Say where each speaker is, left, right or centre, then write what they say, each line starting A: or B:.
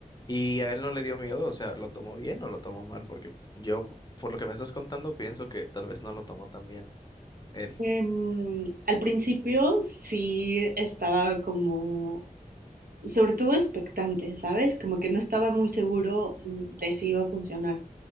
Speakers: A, on the left; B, on the right.
A: Y a él no le dio miedo, o sea, ¿lo tomó bien o lo tomó mal? Porque yo, p- por lo que me estás contando, pienso que tal vez no lo tomó tan bien él.
B: Em, al principio sí estaba como sobre todo expectante, ¿sabes? Como que no estaba muy seguro mm, de si iba a funcionar